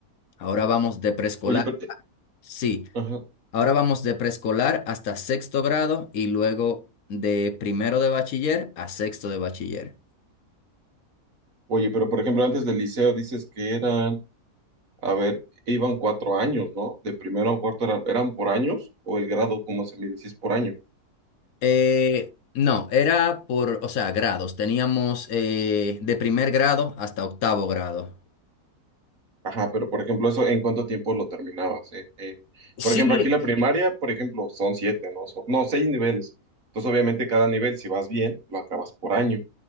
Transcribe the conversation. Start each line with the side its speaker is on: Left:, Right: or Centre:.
Left: Ahora vamos de preescolar,
Right: Oye, pero, eh,
Left: sí,
Right: ajá.
Left: ahora vamos de preescolar hasta sexto grado y luego de primero de bachiller a sexto de bachiller.
Right: Oye, pero por ejemplo, antes del liceo dices que eran A ver, iban cuatro años, ¿no? De primero a cuarto era- eran por años o el grado, como se mide, si es por año.
Left: Eh, no, era por, o sea, grados. Teníamos eh, de primer grado hasta octavo grado.
Right: Ajá, pero por ejemplo, eso, ¿en cuánto tiempo lo terminabas? En- en-
Left: Sí,
Right: por ejemplo, aquí la primaria, por ejemplo, son siete, ¿no? Son- no, seis niveles. Entonces, obviamente, cada nivel, si vas bien, lo acabas por año.